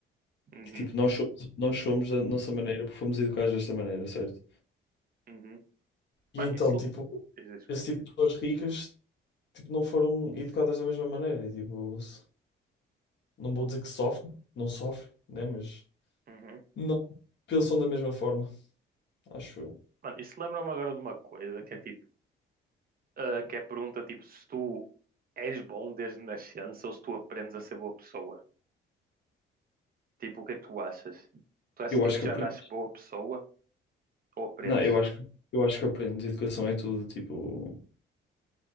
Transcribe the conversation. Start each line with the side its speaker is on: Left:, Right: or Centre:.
Right: Uhum,
Left: que tipo, nós somos, nós somos da nossa maneira porque fomos educados desta maneira, certo?
Right: uhum.
Left: E
Right: Mano,
Left: então,
Right: isso.
Left: tipo,
Right: diz isso.
Left: esse tipo de pessoas ricas. tipo, não foram educadas da mesma maneira. E, tipo, s- não vou dizer que sofrem, não sofrem, né? Mas
Right: Uhum.
Left: não pensam da mesma forma, acho eu.
Right: Mano, isso lembra-me agora de uma coisa que é tipo, ah, que é a pergunta tipo, se tu és bom desde nascença ou se tu aprendes a ser boa pessoa. Tipo, o que é que tu achas? Tu achas
Left: Eu
Right: tipo
Left: acho
Right: que
Left: que
Right: já
Left: aprendes.
Right: nasces boa pessoa ou aprendes?
Left: Não, eu acho, que- eu acho que aprendes. Educação é tudo, tipo,